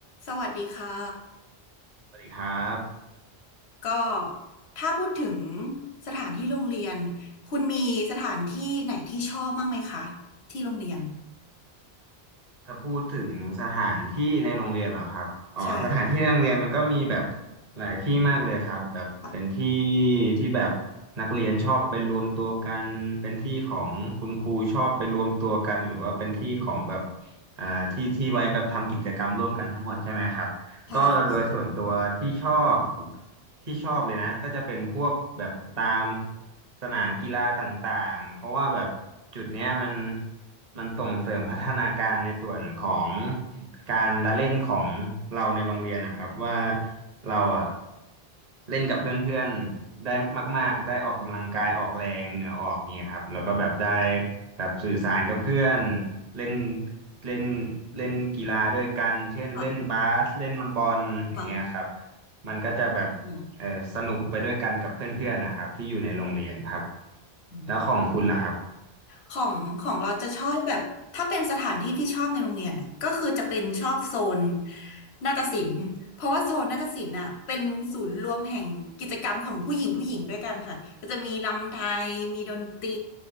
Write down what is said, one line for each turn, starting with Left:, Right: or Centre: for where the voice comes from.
Left: สวัสดีค่ะ
Right: สวัสดีครับ
Left: ก็ถ้าพูดถึงสถานที่โรงเรียนคุณมีสถานที่ไหนที่ชอบบ้างไหมคะที่โรงเรียน
Right: ถ้าพูดถึงสถานที่ในโรงเรียนเหรอครับอ๋อสถานที่ในโรงเรียนมันก็มีแบบ
Left: ใช่ค่ะ
Right: หลายที่มากเลยครับแบบเป็นที่
Left: ค่ะ
Right: ที่แบบนักเรียนชอบไปรวมตัวกันเป็นที่ของคุณครูชอบไปรวมตัวกันหรือว่าเป็นที่ของแบบอ่าที่ที่ไว้แบบทำกิจกรรมร่วมกันทั้งหมดใช่ไหมครับ
Left: ใช่ค่ะ
Right: ก็โดยส่วนตัวที่ชอบที่ชอบเลยนะก็จะเป็นพวกแบบตามสนามกีฬาต่างๆเพราะว่าแบบจุดเนี้ยมันมันส่งเสริมพัฒนาการในส่วนของการละเล่นของเราในโรงเรียนนะครับว่าเราอะเล่นกับเพื่อนๆได้มากๆได้ออกกำลังกายออกแรงเหงื่อออกเนี่ยครับแล้วก็แบบได้ แบบสื่อสารกับเพื่อนเล่นเล่นเล่นกีฬาด้วยกันเช่นเล่นบาสเล่นบอลอย่างเงี้ยครับ
Left: ค่ะค่ะ
Right: มันก็จะแบบ
Left: อืม
Right: เออสนุกไปด้วยกันกับเพื่อนๆนะครับที่อยู่ในโรงเรียนครับ
Left: อืม
Right: แล้วของคุณล่ะครับ
Left: ของของเราจะชอบแบบถ้าเป็นสถานที่ที่ชอบในโรงเรียนอะก็คือจะเป็นชอบโซนนาฏศิลป์เพราะว่าโซนนาฏศิลป์อ่ะเป็นศูนย์รวมแห่งกิจกรรมของผู้หญิงผู้หญิงด้วยกันค่ะก็จะมีรำไทยมีดนตรี